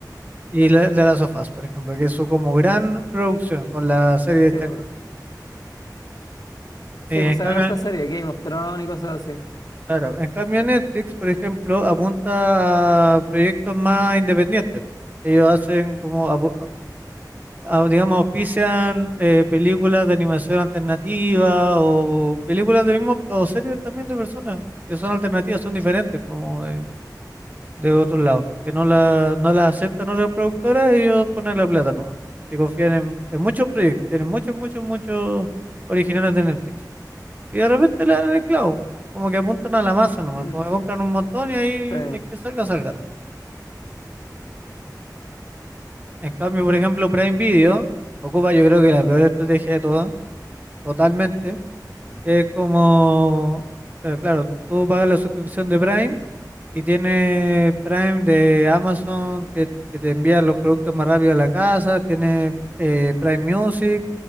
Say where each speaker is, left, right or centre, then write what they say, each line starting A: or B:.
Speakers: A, on the right (about 25°); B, on the left (about 60°).
A: y la, de las sofás, por ejemplo, que es su como gran producción con la serie
B: se,
A: de Chernobyl.
B: sí
A: Eh,
B: pues
A: en
B: sacan
A: cambio,
B: harta serie, Game of Thrones y cosas así.
A: claro, en cambio Netflix, por ejemplo, apunta a proyectos más independientes. Ellos hacen como apu- au- digamos, auspician eh, películas de animación alternativa o películas de mismo, o series también de personas que son alternativas, son diferentes como de, de otros lados, que no la, no la aceptan otras productoras y ellos ponen la plata nomás, y confían en, en muchos proyectos, tienen muchos, muchos, muchos originales de Netflix. Y de repente le dan en el clavo, como que apuntan a la masa nomás,
B: <laughs>
A: como que compran un montón y ahí
B: Sí,
A: el que salga, salga En cambio, por ejemplo, Prime Video ocupa yo creo que la peor estrategia de todas, totalmente, que es como, eh, claro, tú pagas la suscripción de Prime y tienes Prime de Amazon que, que te envía los productos más rápido a la casa, tienes eh, Prime Music